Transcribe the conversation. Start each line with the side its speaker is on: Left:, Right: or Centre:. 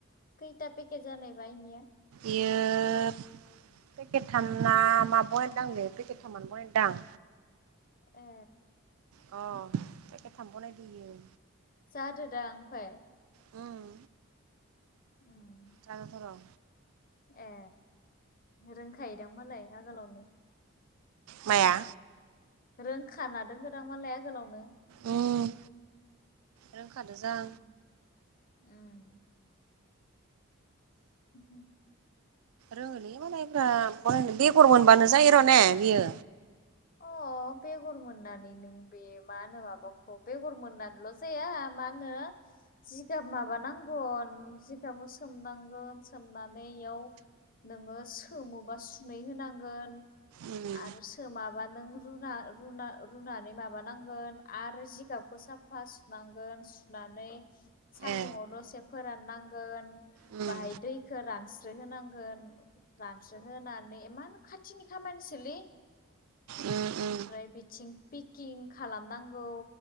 Left: खैथा पेकेट जानाय बा एनिया।
Right: इयोब पेकेट थामना मा बनायदांलै पेकेट थामना बहायदां।
Left: ए
Right: अ फेखेथ थाम बनायदों इयो
Left: जादो दा ओमफफ्राय
Right: उम।
Left: उम
Right: जागनथ' र'
Left: ए रोंखायोदां मालाय आगोलावनो
Right: माया
Left: रोंखानादों दां मालाय आगोलावनो
Right: उम रोंखादो जां
Left: ओं उम उम
Right: रोङोलै मालायफ्रा बनायनो बेगर मोनबानो जायो र' ने बियो
Left: अ बेगर मोननानै नों बे मा होनो माबाखौ बेगर मोनानल जाया मा होनो जिगाब माबानांगन जिगाबखौ सोमनांगन सोमनानै इयाव नोङो सोमोबा सुनै होनांगोन
Right: उम
Left: आरो सोमाबा नों रुना रुना रुनानै माबानांगोन आरो जिगाबखौ साब साफा सुनांगोन सुनानै सान्दुंआव
Right: ए
Left: दसे फोराननांगोन
Right: उम
Left: बाहाय दैखौ रानस्रो होनांगोन रानसो होनोनानै इमान खाथिनि खामानिसोलै
Right: उम
Left: ओमफ्राय
Right: उम
Left: बिथिं पेकिं खालामनांगौ